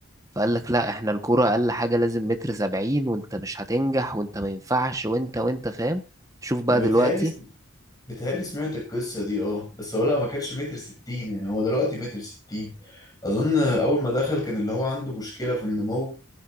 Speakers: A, on the right (about 15°); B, on the left (about 20°).
A: فقال لك لا احنا الكرة أقل حاجة لازم متر سبعين وانت مش هتنجح وانت ما ينفعش وانت وانت فاهم شوف بقى
B: أنا بيتهيألي
A: دلوقتي
B: بتهيألي سمعت القصة دي اه بس هو لا ما كانش متر ستين يعني هو دلوقتي متر ستين أظن أول ما دخل كان اللي هو عنده مشكلة في النمو